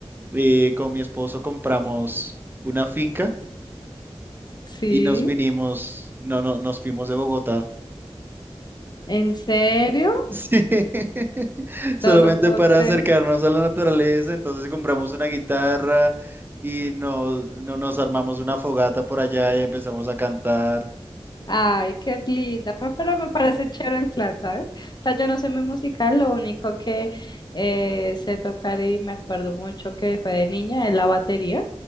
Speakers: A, on the right; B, on the left.
A: eh, con mi esposo compramos una finca
B: Sí.
A: y nos vinimos, no, no, nos fuimos de Bogotá
B: ¿En serio?
A: Sí, <laughs>
B: No
A: solamente
B: lo puedo
A: para
B: creer.
A: acercarnos a la naturaleza, entonces compramos una guitarra y nos, no- nos armamos una fogata por allá y empezamos a cantar.
B: Ay, qué linda, me- pero me parece chévere el plan, ¿sabes? O sea, yo no sé muy musical, lo único que eh, sé tocar y me acuerdo mucho que fue de niña es la batería.